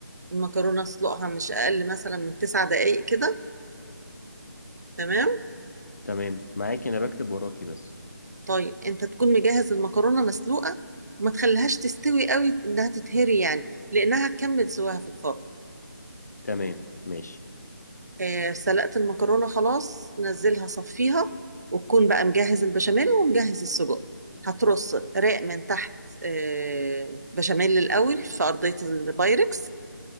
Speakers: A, on the right (about 55°); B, on the left (about 50°).
A: المكرونة اسلقها مش أقل مثلا من تسع دقايق كده تمام
B: تمام معاكي انا بكتب وراكي بس
A: طيب انت تكون مجهز المكرونه مسلوقه وما تخليهاش تستوي قوي انها تتهري يعني لانها هتكمل سواها في الفرن
B: تمام ماشي
A: آه سلقت المكرونه خلاص نزلها صفيها وتكون بقى مجهز البشاميل ومجهز السجق هترص رق من تحت آه بشاميل الاول في ارضيه البايركس